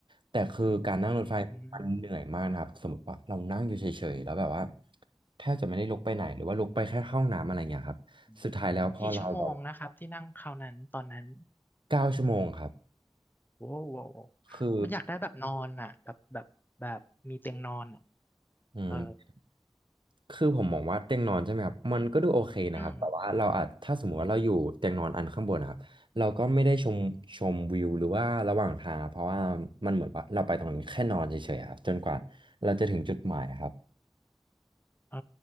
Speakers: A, on the right; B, on the left.
A: แต่คือการนั่งรถไฟมันเหนื่อยมากนะครับสมมติว่าเรานั่งอยู่เฉยๆแล้วแบบว่า
B: อืม
A: แทบจะไม่ได้ลุกไปไหนหรือว่าลุกไปแค่เข้าห้องน้ำอะไรอย่างเงี้ยครับสุดท้ายแล้วพอเราแบบ
B: อืมกี่ชั่วโมงนะครับที่นั่งคราวนั้นตอนนั้น
A: เก้าชั่วโมงครับ
B: โว้วโวว
A: คือ
B: มันอยากได้แบบนอนอ่ะแบบแบบแบบมีเตียงนอนอ่ะ
A: อืม
B: เออ
A: คือผมมองว่าเตียงนอนใช่ไหมครับมันก็ดูโอเคนะครับแต่ว่าเราอาจถ้าสมมติว่าเราอยู่เตียงนอนอันข้างบนนะครับเราก็ไม่ได้ชมชมวิวหรือว่าระหว่างทางเพราะว่ามันเหมือนว่าเราไปตรงนั้นแค่นอนเฉยๆครับจนกว่าเราจะถึงจุดหมายครับ
B: อืมเออ